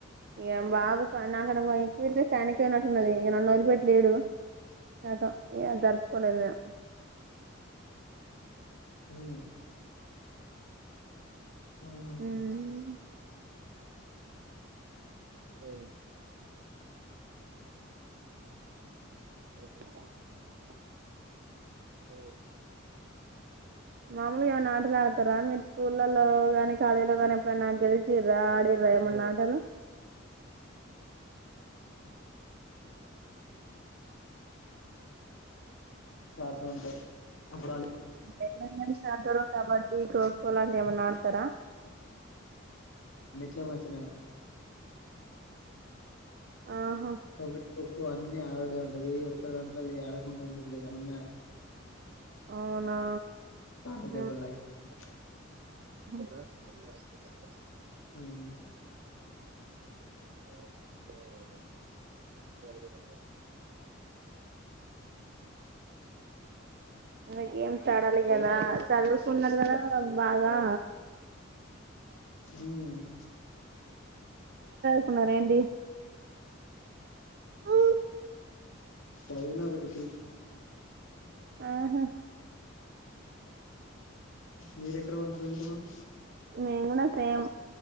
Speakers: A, on the right (about 50°); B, on the left (about 85°).
A: ఇగా బాబుకు నాకన్న బాగా ఎక్కువ ఇంట్రెస్ట్ ఆయనకే ఉన్నట్టున్నదీ ఇగ నన్ను వదిలి పెట్టి లేడు. ఖతం ఇగ జరుపుకోలేదు మేము.
B: హ్మ ఆహ
A: మేము సో ఓ హఓ మాములుగా ఏమన్న ఆటలు ఆడతరా మీరు స్కూళ్ళల్లో గాని. కాలేజ్ లో గానీ ఎప్పుడైనా గెలిచిన్రా. న్రా ఏమన్నా ఆటలు.
B: తాట ఉంటాయి అప్పుడాల్లే
A: ఎన్నడ నుంచి ఆడతారో కబడ్డీ ఈ కోకో లాంటివి ఏమన్నా ఆడతారా
B: చెమన్ అడినా
A: ఆహా
B: కబడ్డీ కోఖో అన్ని ఆడ ఉంటది ఏ ఒక్క దాంట్లో లే ఆడకుండా ఉండుడు లేదు అన్నీ ఆడతం
A: అవునా
B: సాన
A: మేము
B: దెబ్బల్ దాకిచ్చుకుంటాం
A: <inaudible>
B: ఉమ్
A: <unintelligible> అందు గేమ్స్ ఆడాలి కదా చదువుకున్నారు కదా బాగా
B: ఉమ్
A: కున్నరేంటి ఊ
B: సదివిన ఒక డిగ్రీ
A: ఆహా
B: మీరెక్కడ వరకు చదువుకున్నారు
A: మేం కూడా సేమ్